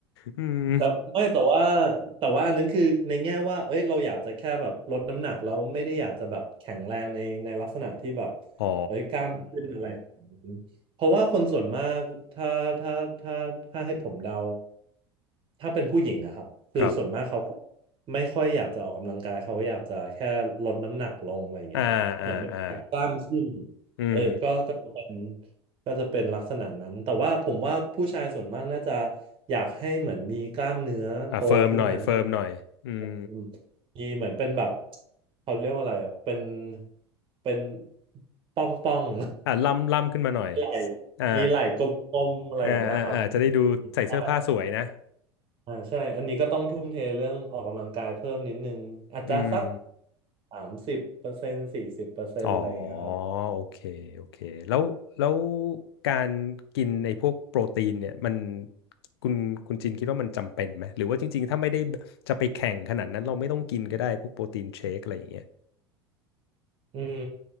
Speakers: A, on the left; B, on the right.
A: อืม
B: แต่ไม่แต่ว่าแต่ว่าอันนั้นคือในแง่ว่าเอ้ยเราอยากจะแค่แบบลดน้ำหนักเราไม่ได้อยากจะแบบแข็งแรงในในลักษณะที่แบบ
A: อ๋อ
B: เอ้ยกล้ามขึ้นอะไรอย่างนี้เพราะว่าคนส่วนมากถ้าถ้าถ้าถ้าให้ผมเดาถ้าเป็นผู้หญิงนะครับคือส่วนมากเขาก็
A: ครับ
B: ไม่ค่อยอยากจะออกกำลังกายเขาอยากจะแค่ลดน้ำหนักลงอะไรอย่างเงี้ยครับเหมือนไม่อยากกล้ามขึ้น
A: อ่าอ่าอ่าอืม
B: เออก็ก็เป็น ก็จะเป็นลักษณะนั้น แต่ว่าผมว่าผู้ชายส่วนมากน่าจะอยากให้เหมือนมีกล้ามเนื้อโตขึ้นมาด้วย
A: อ่ะเฟิร์มหน่อยเฟิร์มหน่อยอืม
B: อืมมีเหมือนเป็นแบบเขาเรียกว่าอะไรอ่ะเป็นเป็นป้องป้อง
A: อ่ะล่ำล่ำขึ้นมาหน่อย
B: <laughs> ไหล่
A: อ่า
B: มีไหล่กลมๆอะไรอย่างเงี้ยครับ
A: อ่าอ่าอ่าจะได้ดูใส่เสื้อผ้าสวยนะ
B: ใช่อ่าใช่อันนี้ก็ต้องทุ่มเทเรื่องออกกำลังกายเพิ่มนิดนึงอาจจะสัก
A: อืม
B: สามสิบเปอร์เซ็นต์สี่สิบเปอร์เซ็นต์อะไรอย่างเงี้ยครับ
A: อ๋อโอเคโอเคแล้วแล้วการกินไอ้พวกโปรตีนเนี่ยมันคุณคุณจินคิดว่ามันจำเป็นไหมหรือว่าจริงๆถ้าไม่ได้จะไปแข่งขนาดนั้นเราไม่ต้องกินก็ได้พวกโปรตีนเชคอะไรอย่างเงี้ย
B: อืม